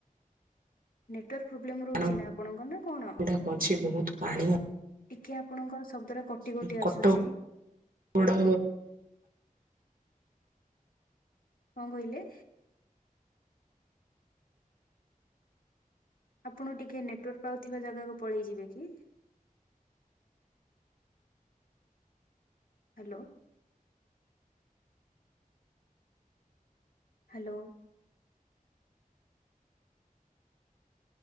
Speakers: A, on the left; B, on the right.
A: ନେଟୱାର୍କ ପ୍ରୋବ୍ଲେମ୍
B: ଚଟାଣ
A: ରହୁଛି ନା ଆପଣଙ୍କ ନା କଣ?
B: <inaudible> ଅଛି ବହୁତ ପାଣି ଅ
A: ଟିକେ ଆପଣଙ୍କ ଶବ୍ଦରେ କଟି କଟି
B: କଟକ
A: ଆସୁଛି।
B: ବଡ।
A: କଣ କହିଲେ? ଆପଣ ଟିକେ ନେଟୱାର୍କ ପାଉଥିବା ଜାଗାକୁ ପଳେଇଯିବେ କି? ହାଲୋ। ହାଲୋ।